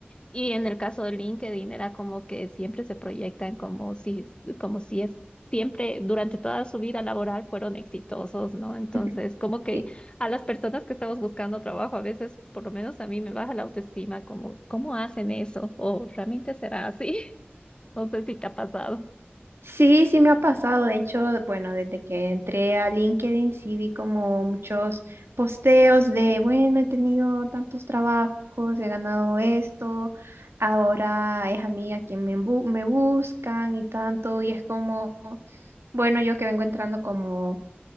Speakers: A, on the left (about 25°); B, on the right (about 85°).
A: Y en el caso de LinkedIn era como que siempre se proyectan como si, como si es, siempre durante toda su vida laboral fueron exitosos, ¿no? Entonces,
B: <laughs>
A: como que
B: Sí,
A: a las personas que estamos buscando trabajo, a veces, por lo menos a mí me baja la autoestima, como, ¿cómo hacen eso? ¿O realmente será así? <laughs> No sé si te ha pasado.
B: sí sí me ha pasado. De hecho, bueno, desde que entré a LinkedIn, sí vi como muchos posteos de, bueno, he tenido tantos trabajos, he ganado esto, ahora es a mí a quien me, bu- me buscan y tanto. Y es como, bueno, yo que vengo entrando como